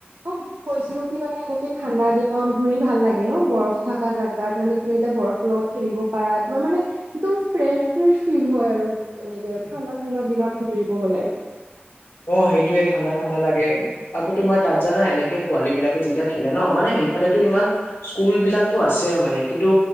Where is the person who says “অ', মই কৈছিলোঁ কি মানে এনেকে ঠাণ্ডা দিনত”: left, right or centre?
Right